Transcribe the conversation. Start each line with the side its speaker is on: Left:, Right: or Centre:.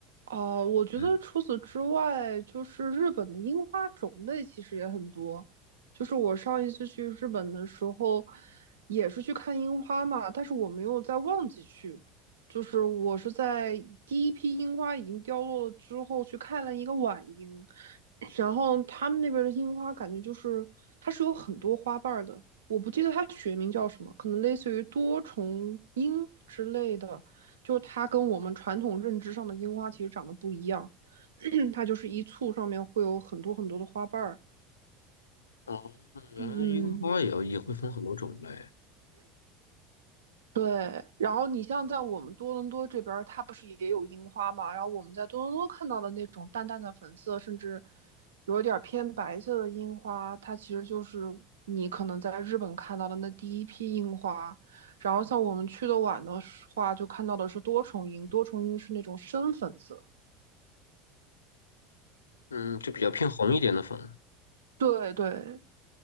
Right: 哦，我觉得除此之外，
Left: 嗯，
Right: 就是日本的樱花种类其实也很多。就是我上一次去日本的时候，也是去看樱花嘛，但是我没有在旺季去，就是我是在第一批樱花已经凋落了之后去看了一个晚樱，然后他们那边的樱花感觉就是它是有很多花瓣儿的，我不记得它学名叫什么，可能类似于多重樱之类的，就是它跟我们传统认知上的樱花其实长得不一样，<clears throat> 它就是一簇上面会有很多很多的花瓣儿。
Left: 哦，原来樱花也要也会分很多种类。
Right: 嗯，对，然后你像在我们多伦多这边儿，它不是也有樱花嘛？然后我们在多伦多看到的那种淡淡的粉色，甚至有一点儿偏白色的樱花，它其实就是你可能在日本看到的那第一批樱花。然后像我们去的晚的话，就看到的是多重樱，多重樱是那种深粉色。
Left: 嗯，就比较偏红一点的粉。
Right: 对对，